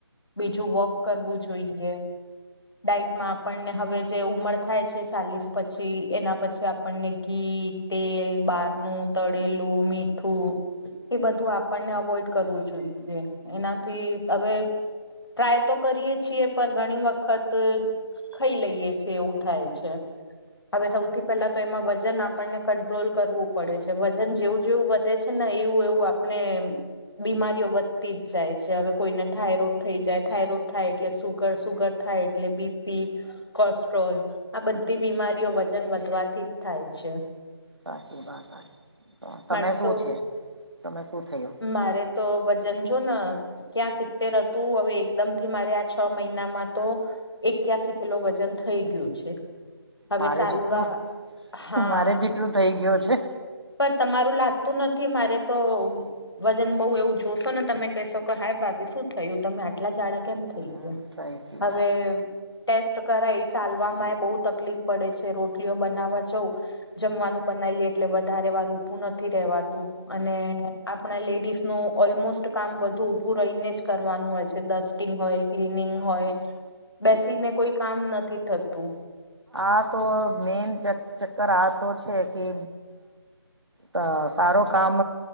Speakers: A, on the left; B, on the right.
A: બીજું વોક કરવું જોઈએ. ડઇટમાં આપણને હવે જે ઉમર થાય છે ચાલીસ પછી એના પછી આપણને ઘી તેલ બારનું તળેલું મીઠું એ બધું આપણને અવોઈડ કરવું જોઈએ એનાથી હવે ટ્રાય તો કરીએ છીએ, પણ ઘણી વખત તો ખાઈ લઈએ છે એવું થાય છે. હવે સૌથી તો એમાં વજન આપણને કંટ્રોલ કરવું પડે છે. વજન જેવું જેવું વધે છે ને એવું એવું આપણે બીમારીઓ વધતી જ જાય છે. હવે કોઈને થાઈરોડ થઈ જાય થાઈરોડ થાય એટલે સુગર સુગર થાય એટ એટલે બીપી કોલેસ્ટ્રોલ આ બધી બીમારીઓ વજન વધવાથી જ થાય છે.
B: સાચી વાત આ તો, તમે
A: મારે
B: શું
A: તો
B: છે? તમે શું થયું?
A: મારે તો વજન જોન ક્યાં સિત્તેર હતું હવે એકદમથી મારે આ છ મહિનામાં તો એકીયાશી કિલો વજન થય ગયું છે. હવે
B: મારે
A: ચાલવા
B: જેટલું
A: હા
B: મારે જેટલું થઈ ગયું છે
A: પર તમારું લાગતું નથી, મારે તો વજન બઉ એવું થયુંસન તમે કેશો ક હાય ભાભી શું થયું તમે આટલા જાડા
B: હા
A: કેમ થઈ ગયા
B: સાચી વાત
A: હવે ટેસ્ટ કરાય ચાલવામાંય બહુ તકલીફ પડે છે રોટલીઓ બનાવવા જવું.
B: સાચી
A: જમવાનું બનાવીએે એટલે બ વધારે વાર ઉભું નથી રવાતું અને આપણા લેડીસનું ઓલમોસ્ટ કામ બધું ઊભું રહીને જ કરવાનું હોય છે. ડસ્ટિંગ હોય, ક્લીનિંગ
B: હ
A: હોય બેસીને કોઈ કામ નથી થતું.
B: આ તો મેન ચક્કર આ તો છે કે તો સારો કામ